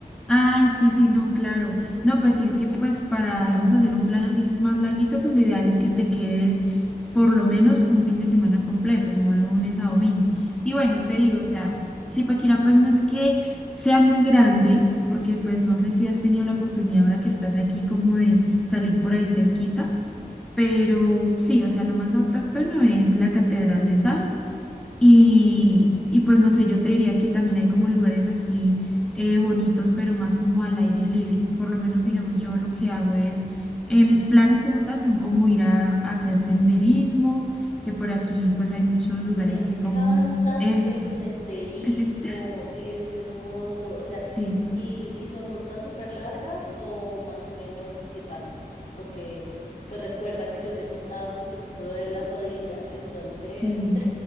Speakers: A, in the centre; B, on the left (about 50°).
A: Ay, sí, sí, no, claro. No, pues sí, es que pues para, digamos, hacer un plan así más larguito, pues lo ideal es que te quedes por lo menos un fin de semana completo, como de lunes a domingo. Y bueno, te digo, o sea, Zipaquirá pues no es que sea muy grande, porque pues no sé si has tenido la oportunidad ahora que estás aquí como de salir por ahí cerquita, pero sí, o sea, lo más autóctono es la Catedral de Sal y, y pues no sé, yo te diría que también hay como lugares así eh, bonitos, pero más como al aire libre. Por lo menos, digamos, yo lo que hago es, eh, mis planes como tal son como ir a, a hacer senderismo, que por aquí pues hay muchos lugares
B: Me encanta
A: así como eso.
B: el senderismo,
A: <laughs>
B: es hermoso, o sea,
A: Sí,
B: y, y son rutas súper largas o más o menos qué tanto, porque pues recuerda que yo te he contado que yo sufro de la rodilla, entonces
A: sí.